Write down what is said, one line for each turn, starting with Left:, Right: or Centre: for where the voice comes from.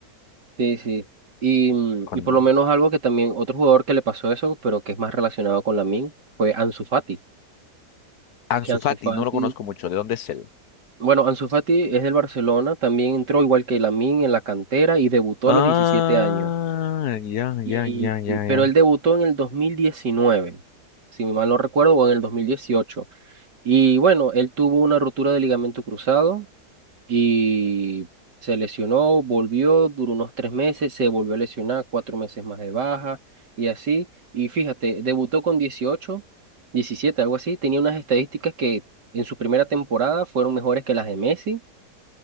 Right: Sí, sí. Y, mm,
Left: Cuando...
Right: y por lo menos algo que también, otro jugador que le pasó eso, pero que es más relacionado con Min, fue Ansu Fati.
Left: Ansu
Right: Que Ansu
Left: Fati,
Right: Fati,
Left: no lo conozco mucho, ¿de dónde es él?
Right: bueno, Ansu Fati es del Barcelona, también entró igual que Min en la cantera y debutó
Left: Ah,
Right: a los 17 años.
Left: ya,
Right: Y,
Left: ya, ya, ya,
Right: y- pero
Left: ya.
Right: él debutó en el 2019 si mal no recuerdo, o en el dos mil dieciocho Y bueno, él tuvo una ruptura de ligamento cruzado. y se lesionó, volvió, duró unos tres meses, se volvió a lesionar, cuatro meses más de baja y así. Y fíjate, debutó con dieciocho diecisiete algo así, tenía unas estadísticas que en su primera temporada fueron mejores que las de Messi